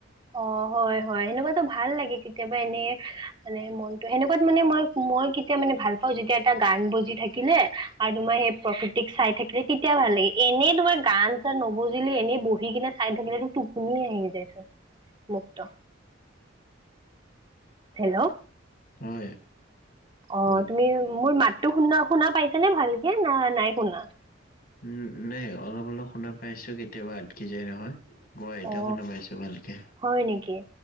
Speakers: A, on the right (about 25°); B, on the left (about 50°).
A: অ', হয়, হয় সেনেকুৱাতো ভাল লাগে কেতিয়াবা এনে মানে মনতটো সেনেকুৱাত মানে মই মই কেতিয়া মানে ভাল পাওঁ যেতিয়া এটা গান বজি থাকিলে আৰু তোমাৰ সেই প্ৰকৃতিক চাই থাকিলে তেতিয়া ভাল লাগে। এনেই তোমাৰ গান চান নবজিলে এনেই বহি কিনে চাই থাকিলে তটো টোপনি আহি যাই চোন। মুক্ত। হেল্ল'।
B: হয়।
A: অ
B: কোৱা
A: তুমি মোৰ মাতটো শুনা শুনা পাইছ নে ভালকে না নাই শুনা।
B: উ নাই অলপ অলপ শুনা পাইছো কেতিয়াবা আটকি যায় নহয়। কোৱা এতিয়া
A: অ
B: শুনা পাইছো ভালকে
A: হয় নেকি